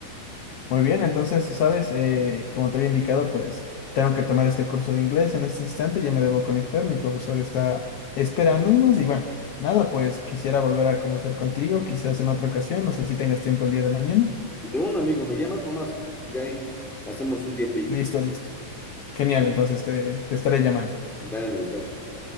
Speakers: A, on the left; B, in the centre.
A: Muy bien, entonces, sabes, Eh, como te había indicado, pues tengo que tomar este curso de inglés en este instante, ya me debo conectar, mi profesor está esperándonos y bueno, nada, pues quisiera volver a conversar contigo, quizás en otra ocasión, no sé si tengas tiempo el día de mañana.
B: De un amigo, me llamas nomás, ya ahí hacemos un tiempito.
A: Listo, listo. Genial, entonces te, te estaré llamando.
B: Dale, chao, chao.